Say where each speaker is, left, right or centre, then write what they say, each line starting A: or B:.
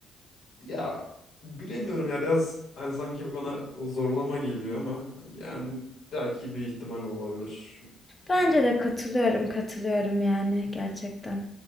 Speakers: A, on the left; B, on the left.
A: Ya bilemiyorum ya. Biraz hani sanki bana zorlama geliyor ama yani belki bir ihtimal olabilir.
B: Bence
A: Yani.
B: de katılıyorum katılıyorum yani gerçekten.